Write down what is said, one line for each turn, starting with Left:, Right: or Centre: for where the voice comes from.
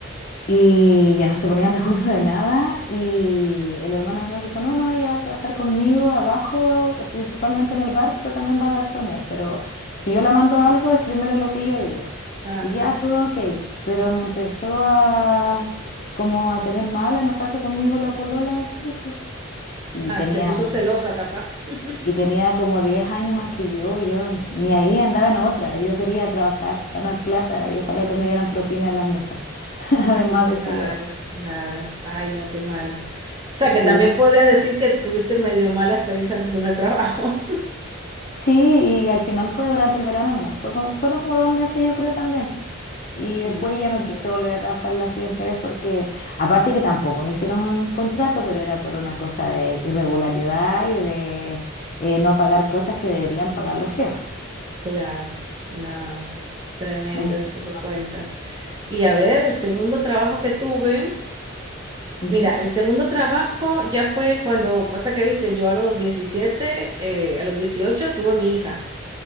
Left: Y ya no se ponían de acuerdo de nada. Y el hermano menor dijo, no, no, ella va a trabajar conmigo abajo, principalmente en el bar, pero también va a garzonear. Pero si yo la mando a algo, es primero lo que yo digo.
Right: Ajá.
Left: Y ya todo ok. Pero me empezó a como a tener mal, a enojarse conmigo la polola del chico y
Right: Ah,
Left: tenía,
Right: se puso
Left: mu-
Right: celosa, capaz. <laughs>
Left: y tenía como 10 años más que yo, yo ni ahí andaba en otra, yo quería trabajar, ganar plata y ojalá que me dieran propina en las mesas, <laughs> además
Right: Sí, claro,
Left: de eso yo.
Right: claro. Ay, no, qué mal. O sea, que
Left: Sí,
Right: también podrías decir que tuviste medio mala experiencia en tu primer trabajo. <laughs>
Left: sí, y al final fue durante el verano nomás, fue como- fueron como dos meses yo creo también. Y después
Right: Mm,
Left: ya no quise volver a trabajar la siguiente vez porque, aparte que tampoco me hicieron un contrato, pero era por una cosa de irregularidad y de eh, no pagar cosas que deberían pagar los jefes.
Right: Claro, nada, tremendo
Left: Así
Right: eso
Left: que,
Right: que cuenta. Y a ver, el segundo trabajo que tuve,
Left: ujú.
Right: Mira, el segundo trabajo ya fue cuando, pasa que, viste, yo a los 17, eh, a los 18 tuve mi hija.